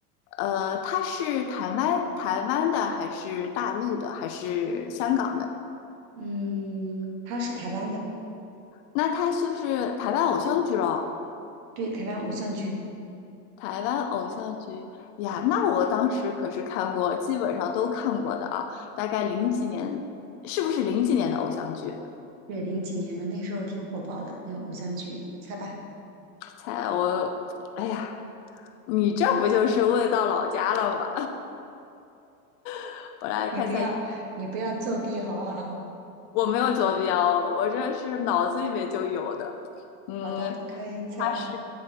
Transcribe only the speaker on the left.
呃，他是台湾台湾的还是大陆的还是香港的？
那他就是台湾偶像剧咯，
台湾偶像剧呀，那我当时可是看过，基本上都看过的啊。大概零几年，是不是零几年的偶像剧？
猜我，哎呀。你这不就是问到老家了吗？<laughs> 我来看一下，
我没有坐标，我这是脑子里面就有的。
嗯，
他是